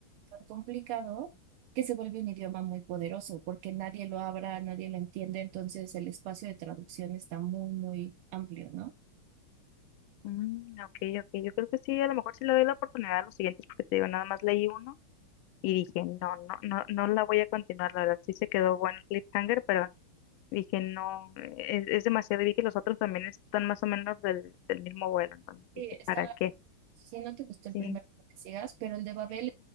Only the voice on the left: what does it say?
mm, ok, ok. Yo creo que sí, a lo mejor sí le doy la oportunidad a los siguientes, porque te digo, nada más leí uno y dije, no, no, no, no la voy a continuar, la verdad, sí se quedó bueno el cliffhanger, pero Dije, no, es, es demasiado. Y vi que los otros también están más o menos del, del mismo vuelo. Entonces
dije,
¿para qué?
Sí,